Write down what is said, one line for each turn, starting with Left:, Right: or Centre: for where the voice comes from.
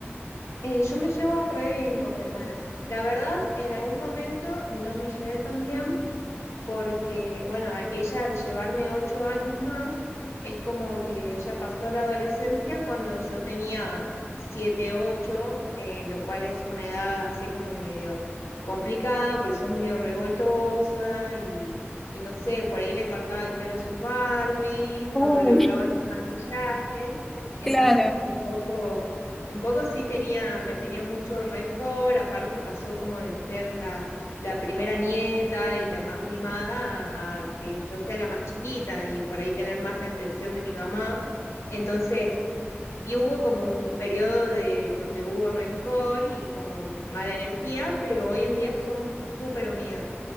Left: Eh, yo me llevo re bien con mi hermana. La verdad, en algún momento no me llevé tan bien porque, bueno, a- ella al llevarme ocho años más, es como que ella pasó la adolescencia cuando yo tenía siete, ocho, eh, lo cual es una edad así como medio complicada, porque sos medio revoltosa y, y no sé, por ahí le cortaba el pelo a sus Barbies
Centre: Uh,
Left: o le hurgaba los maquillajes,
Centre: <laughs>
Left: entonces
Centre: claro.
Left: un poco... Un poco sí tenía, me tenía mucho rencor, aparte pasó como de ser la, la primera nieta y la más mimada a, a que yo sea la más chiquita y por ahí tener más la atención de mi mamá. Entonces, sí hubo como un periodo de donde hubo rencor y como mala energía, pero hoy en día somos súper unidas.